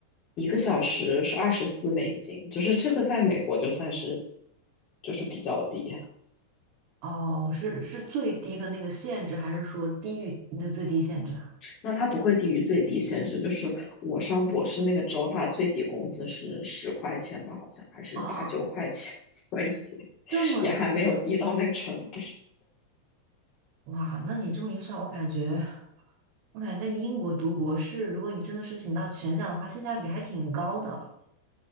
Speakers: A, on the left; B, on the right.
A: 一个小时是二十四美金，就是这个在美国就算是就是比较低。
B: 哦，是是最低的那个限制，还是说低于那最低限制啊？
A: 那它不会低于最低限制，就是我上博士那个周，它最低工资是十块钱吧，好像还是八九块钱，
B: 哦，
A: <laughs> 所以
B: 这么低
A: 也还没有低到那个程度。
B: 哇，那你这么一算，我感觉，我感觉在英国读博士，如果你真的是请到全奖的话，性价比还挺高的。